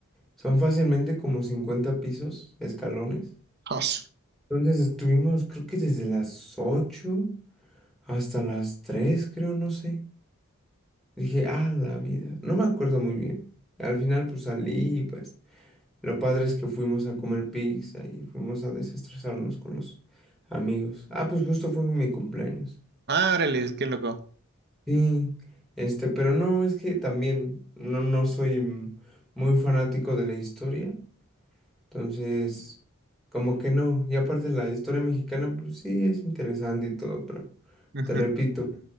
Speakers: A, in the centre; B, on the right (about 50°).
A: Son fácilmente como 50 pisos, escalones.
B: Jos.
A: Entonces estuvimos, creo que desde las 8 hasta las 3, creo, no sé. Dije, ah, la vida. No me acuerdo muy bien. Al final, pues salí y pues lo padre es que fuimos a comer pizza y fuimos a desestresarnos con los amigos. Ah, pues justo fue mi cumpleaños.
B: Ah, órale, qué loco.
A: Sí, este, pero no, es que también no, no soy mm, muy fanático de la historia. Entonces, como que no. Y aparte la historia mexicana, pues sí, es interesante y todo, pero
B: Ujú.
A: te repito,